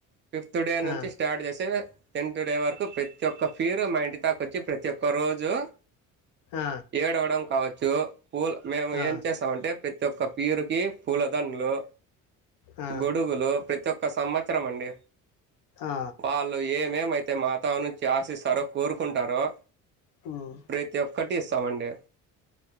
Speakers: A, on the right; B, on the left.
A: ఫిఫ్త్ డే నుంచి
B: ఆ.
A: స్టార్ట్ చేసి టెన్ట్ డే వరకు ప్రతి ఒక్క ఫీరు మా ఇంటి దాక వచ్చి ప్రతి ఒక్క రోజు
B: ఆ,
A: ఏడవడం కావచ్చు పూల్ మేము
B: ఆ,
A: ఏం చేస్తామంటే ప్రతి ఒక్క పీరుకి పూలదండ్లు
B: ఆ,
A: గొడుగులు ప్రతి ఒక్క సంవత్సరం అండి
B: ఆ,
A: వాళ్ళు ఏమేమైతే మాతావరణం ఆసిస్తారో కోరుకుంటారో
B: ఉమ్,
A: ప్రతి ఒక్కటి ఇస్తామండి